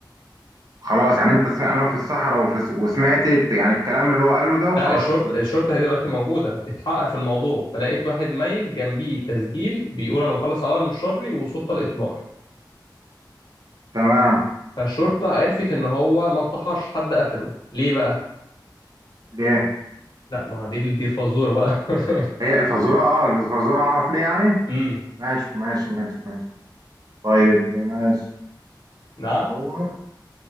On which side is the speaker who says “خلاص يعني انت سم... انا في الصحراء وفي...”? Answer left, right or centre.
Right